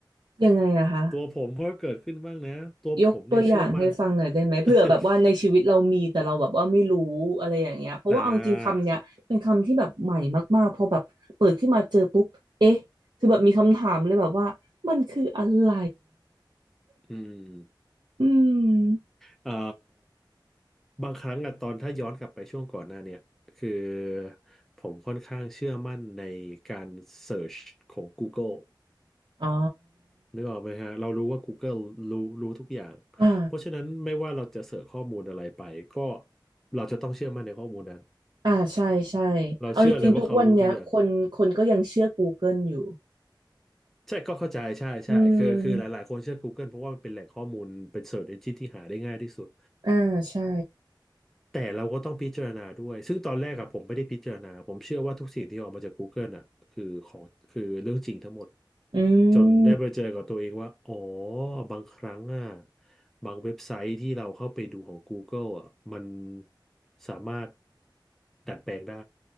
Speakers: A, on the right; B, in the centre.
A: ยังไงอะคะ
B: ตัวผมก็เกิดขึ้นบ้างนะตัวผมเนี่ยเชื่อมั่น
A: ยกตัวอย่างให้ฟังหน่อยได้ไหมเผื่อแบบว่าในชีวิตเรามีแต่เราแบบว่าไม่รู้อะไรอย่างเงี้ยเพราะว่าเอาจริงๆคำเนี้ยเป็นคำที่แบบใหม่มากๆพอแบบเปิดขึ้นมาเจอปุ๊บเอ๊ะคือแบบมีคำถามเลยแบบว่ามันคืออะไร
B: <laughs> อ่าอืม
A: อืม
B: เอ่อบางครั้งอะตอนถ้าย้อนกลับไปช่วงก่อนหน้าเนี่ยคือผมค่อนข้างเชื่อมั่นในการเสิร์ชของ Google
A: อ๋อ
B: นึกออกไหมฮะเรารู้ว่า Google รู้รู้ทุกอย่าง
A: อ่า
B: เพราะฉะนั้นไม่ว่าเราจะเสิร์ชข้อมูลอะไรไปก็เราจะต้องเชื่อมั่นในข้อมูลนั้น
A: อ่าใช่ใช่
B: เราเชื่อเลยว่าเขารู้ทุกอย่าง
A: เอาจริงๆทุกวันเนี้ยคนคนก็ยังเชื่อ Google อยู่
B: ใช่ก็เข้าใจใช่ใช่คือคือหลายๆคนเชื่อ
A: อืม
B: Google เพราะว่ามันเป็นแหล่งข้อมูลเป็น Search Engine ที่หาได้ง่ายที่สุด
A: อ่าใช่
B: แต่เราก็ต้องพิจารณาด้วยซึ่งตอนแรกอะผมไม่ได้พิจารณาผมเชื่อว่าทุกสิ่งที่ออกมาจาก Google อะคือของคือเรื่องจริงทั้งหมด
A: อื
B: จนได้ไปเจอกับตัวเองว่าอ๋อ
A: ม
B: บางครั้งอะบางเว็บไซต์ที่เราเข้าไปดูของ Google อะมันสามารถดัดแปลงได้